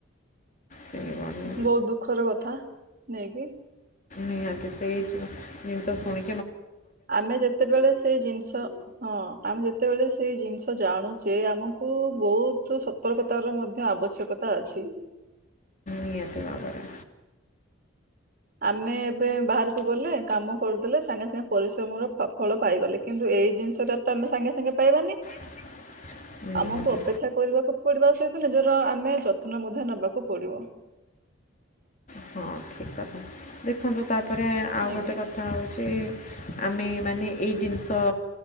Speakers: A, on the left (about 40°); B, on the right (about 45°).
A: ସେନବା <unintelligible>
B: ବହୁତ୍ ଦୁଃଖର କଥା ନେଇକି
A: ନିହାତି ସେଇ ଯୋଉ ଜିନିଷ ଶୁଣି
B: ଆମେ ଯେତେବେଳେ ସେ ଜିନିଷ ହଁ ଆମେ ଯେତେବେଳେ ସେଇ ଜିନିଷ ଜାଣୁଚେ ଆମକୁ ବୋହୁତ ସତର୍କତାର ମଧ୍ୟ ଆବଶ୍ୟକ ତା ଅଛି
A: ନିହାତି ଭାବରେ
B: ଆମେ ଏବେ ବାହାରକୁ ଗଲେ କାମ କରିଦଲେ ସାଙ୍ଗେ ସାଙ୍ଗେ ପରିଶ୍ରମ ର ଫ ଫଳ ପାଇଗଲେ କିନ୍ତୁ ଏଇ ଜିନିଷଟା ତ ଆମେ ସାଙ୍ଗେ ସାଙ୍ଗେ ପାଇବାନି
A: <inaudible> ନିହାତି
B: ଆମକୁ ଅପେକ୍ଷା କରିବାକୁ ପଡିବା ସହିତ ନିଜର ଆମେ ଯତ୍ନ ମଧ୍ୟ ନେବାକୁ ପଡିବ
A: ହଁ ଠିକ୍ କଥା ଦେଖନ୍ତୁ ତାପରେ ଆଉ
B: ଆଜ୍ଞା
A: ଗୋଟେ କଥା ହେଉଛି ଆମେ ମାନେ ଏଇ ଜିନିଷ